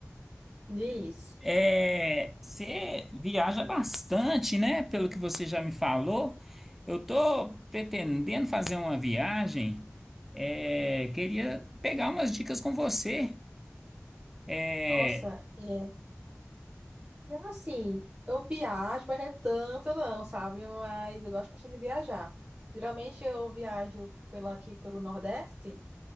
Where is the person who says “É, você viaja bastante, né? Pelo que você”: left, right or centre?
Centre